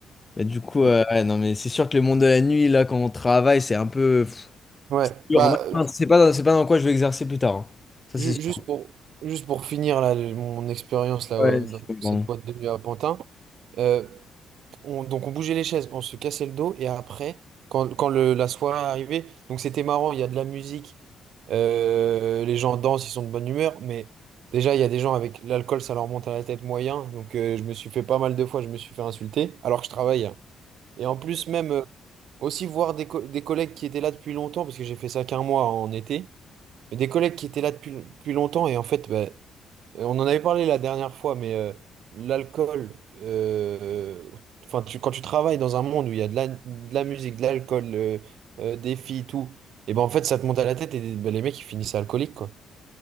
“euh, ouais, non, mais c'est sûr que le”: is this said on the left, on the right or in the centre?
Left